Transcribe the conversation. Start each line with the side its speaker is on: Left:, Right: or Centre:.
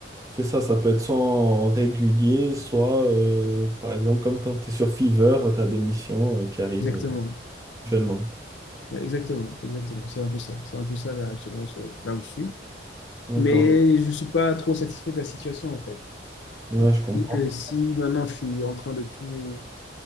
Right: C'est ça ça peut être soit en régulier, soit, euh, par exemple, comme quand tu es sur Fiverr, tu as des missions euh, qui arrivent
Left: Exactement.
Right: euh, actuellement.
Left: Exactement, exactement. C'est un peu ça. C'est un peu ça, là, actuellement, sur- là où je suis.
Right: D'accord.
Left: Mais je suis pas trop satisfait de la situation, en fait.
Right: Ouais,
Left: Et
Right: je comprends.
Left: je dis que si maintenant je suis en train de tout...